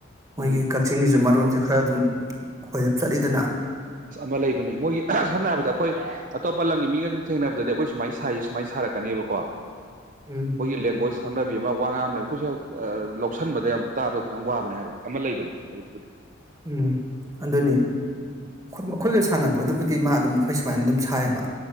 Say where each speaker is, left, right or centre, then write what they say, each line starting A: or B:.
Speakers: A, on the right; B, on the right.
A: ꯃꯣꯏꯒꯤ
B: ꯎꯝ
A: ꯀꯛꯆꯤꯡꯒꯤꯁꯨ ꯃꯔꯣꯟꯜꯁꯦ ꯈꯔ ꯑꯗꯨꯝ ꯈꯣꯏꯔꯞ ꯆꯠꯂꯤꯗꯅ
B: ꯑꯃ ꯂꯩꯕꯅꯦ ꯃꯣꯏꯒꯤ ꯁꯝꯅ ꯍꯥꯏꯔꯕꯗ ꯑꯩꯈꯣꯏ ꯑꯇꯣꯞꯄ ꯂꯝꯒꯤ ꯃꯤꯒ ꯁꯨꯝ ꯊꯦꯡꯅꯕꯗꯗꯤ ꯑꯩꯈꯣꯏ ꯁꯨꯃꯥꯏꯅ ꯁꯥꯏꯁꯦ ꯁꯨꯃꯥꯏꯅ ꯁꯥꯔꯛꯀꯅꯦꯕꯀꯣ ꯑꯈꫭꯏꯒꯤ
A: ꯎꯝ
B: ꯂꯦꯡꯒꯣꯁ ꯈꯪꯅꯕꯤ ꯑꯃ ꯋꯥ ꯉꯥꯡ ꯑꯃ ꯂꯩꯕ ꯑꯩꯈꯣꯏꯁꯨꯦ ꯂꯧꯁꯤꯟꯕꯗ ꯌꯥꯝ ꯇꯥꯕꯗ ꯈꯤꯇꯪ ꯋꯥꯕꯅꯦ ꯍꯥꯏꯕ ꯑꯃ ꯂꯩꯕꯅꯦ ꯂꯩꯕꯕꯨꯗꯤ
A: ꯎꯝ ꯑꯗꯨꯅꯤ ꯃꯈꯣꯏꯒ ꯁꯥꯟꯅꯕꯗꯨꯕꯨꯗꯤ ꯃꯥ ꯑꯗꯨꯝ ꯑꯩꯈꯣꯏ ꯁꯨꯃꯥꯏꯅ ꯑꯗꯨꯝ ꯁꯥꯏꯌꯦꯕ